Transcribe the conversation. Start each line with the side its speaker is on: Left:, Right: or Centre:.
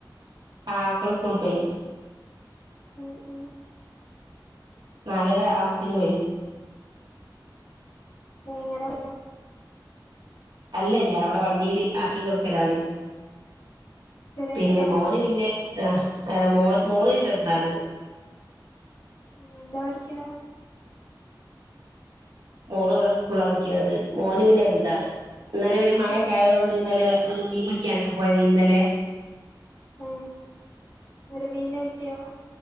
Right: ആഹ് മക്കള് സ്കൂളി പോയി
Left: ഉം ഉം
Right: നാലര ആകുമ്പത്തിന് വരും
Left: ഏഹ് എങ്ങനെ വരോ
Right: അല്ലല്ല അവിടെ വണ്ടിൽ ആക്കി കൊടുക്കലാണ്
Left: ചെറിയ
Right: പിന്നെ
Left: മക്കളാ
Right: മോന് പിന്നെ ആഹ ആഹ് മോള് ചെറുതാണ്
Left: ഉ എന്താ പഠിക്കണ
Right: മോള് ഇവിടെ സ്കൂളാണ് പഠിക്കുന്നത് മോന് പിന്നെ വലുതാണ് ഇന്നലെ പിന്നെ മഴയൊക്കെ
Left: ആഹ്
Right: ആയത്
Left: ആഹ്
Right: കൊണ്ട് ഇന്നല്ല ഒരു മീ പിടിക്കാനൊക്കെ പോയത് ഇന്നലെ
Left: ഏഹ് എന്നിട്ട് മീനിനെ കിട്ടിയോ